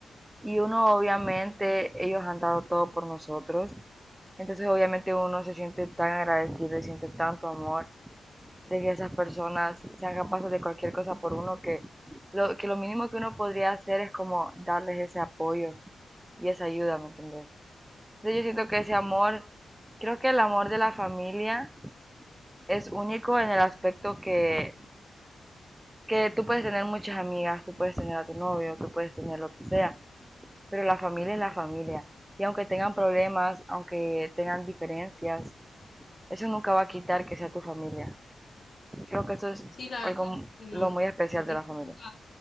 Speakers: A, on the right (about 15°); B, on the left (about 50°).
A: y uno obviamente, ellos han dado todo por nosotros, entonces obviamente uno se siente tan agradecido y siente tanto amor de que esas personas sean capaces de cualquier cosa por uno que lo, que lo mínimo que uno podría hacer es como darles ese apoyo y esa ayuda, ¿me entendés? Entonces yo siento que ese amor, creo que el amor de la familia es único en el aspecto que, que tú puedes tener muchas amigas, tú puedes tener a tu novio, tú puedes tener lo que sea, pero la familia es la familia. Y aunque tengan problemas, aunque tengan diferencias, eso nunca va a quitar que sea tu familia. Creo que eso es
B: Sí, la
A: algo
B: verdad, sí, no,
A: lo muy especial
B: eso, es
A: de la
B: que
A: familia.
B: nunca,